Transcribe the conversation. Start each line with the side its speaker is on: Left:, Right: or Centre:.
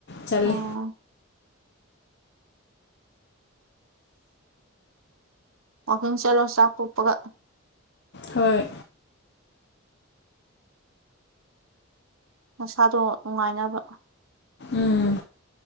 Left: ꯆꯠꯂꯦ
Right: ꯎꯝ ꯋꯥꯛꯀꯤꯡ ꯆꯠꯂꯣ ꯆꯥꯛ ꯇꯣꯛꯄꯒ
Left: ꯍꯣꯏ
Right: ꯅꯁꯥꯗꯣ ꯅꯨꯡꯉꯥꯏꯅꯕ
Left: ꯎꯝ